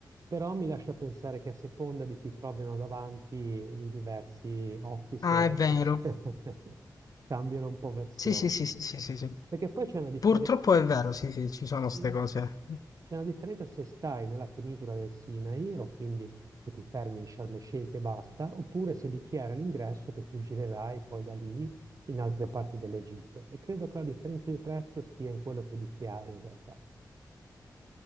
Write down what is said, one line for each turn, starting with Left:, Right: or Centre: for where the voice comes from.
Right: Però mi lascia pensare che a seconda di chi trovano davanti i diversi officer
Left: Ah, è vero.
Right: poss- <laughs> cambiano un po' versione.
Left: Sì, sì, sì, sì, sì, sì, sì.
Right: Perché poi c'è una differenza
Left: Purtroppo è vero, sì, sì, ci sono queste
Right: eh,
Left: cose.
Right: C'è una differenza se stai nella penisola del Sinai, o quindi se ti fermi in Sharm el Sheikh e basta, oppure se dichiara all'ingresso che tu girerai poi da lì in altre parti dell'Egitto. E credo che la differenza di prezzo stia in quello che dichiari in realtà.